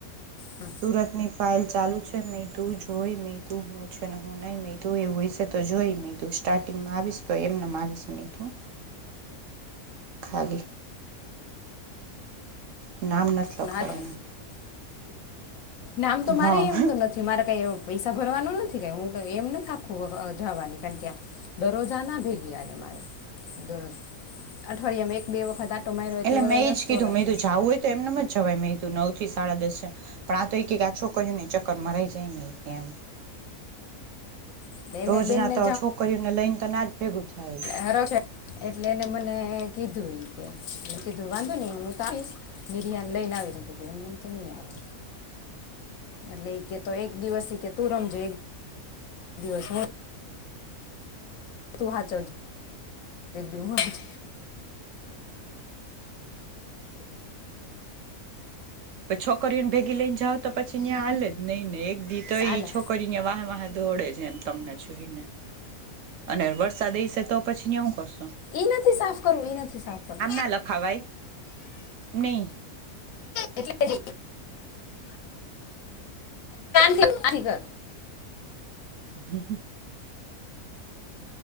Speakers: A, on the left; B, on the right.
A: હમ
B: સુરત ની ફાઇલ ચાલુ છે મેં તું જોઈ મેં તું હું પૂછે ને હું નઈ મે તું એવું વિશે તો જોઈ મે તું સ્ટાર્ટિંગમાં આવીશ તો એમને આવીશ એ તો ખાલી નામ નથી લખાવાના
A: હજ નામ તો
B: હા
A: મારે એમ તો નથી મારે કઈ એવ પૈસા ભરવાનું નથી ક હું એમ નથી આખું જવાની કારણ કે દરરોજ આ ના ભેગી મારે દરરોજ અઠવાડિયામાં એક બે વખત આટો માર્યો હોય
B: એટલે
A: તે
B: મેં
A: રસ્તો
B: એ જ કીધું
A: અલગ
B: મે
A: છે
B: જવું હોય તો એમનેમ જવાય મેં નવ થી સાડા દસ પણ આ તો એક એક આ છોકરીઓને ચક્કરમાં રહી જાય નહી કેમ
A: એટલે એને
B: રોજ
A: બેનને
B: ના તો છોકરીઓને લઈને તો ના જ ભેગું થાય
A: હરો છે એટલે એને મને કીધું કે કીધું વાંધો નઈ હું તો આપીશ નિર્યાન લઈને આવી શકેધું એમનેમ તો નહી આવો
B: <inaudible>
A: એટલે કે તો એક દિવસ કે તું રમજો એક દિવસ હુ તું હા ચ એક-
B: છોકરીઓને ભેગી લઈને જાવ તો પછી તયા આલે જ નહી ને એક દી તો એઈ
A: હાલે
B: છોકરી અહીંયા વાહે વાહ દોડે છે એમ તમને જોઈને અને વરસાદ એઈશે તો પછી ને હું કરશો
A: એ નથી સાફ કરું એ નથી સાફ કરું
B: યા લખાવાય ને
A: એટલે <unintelligible>
B: હ હ